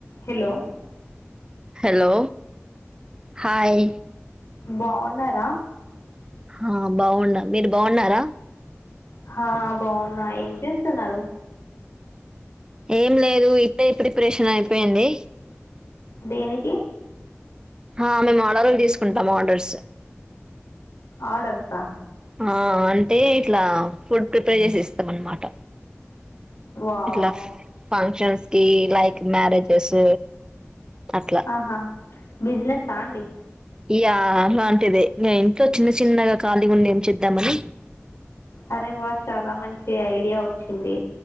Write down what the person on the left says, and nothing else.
hello
బాగున్నారా
హా బాగున్నా ఏం చేస్తున్నారు
దేనికి
ఆర్డర్సా
వావ్
ఆహా బిజినెస్ ఆ అండి
అరే వా చాలా మంచి ఐడియా వచ్చింది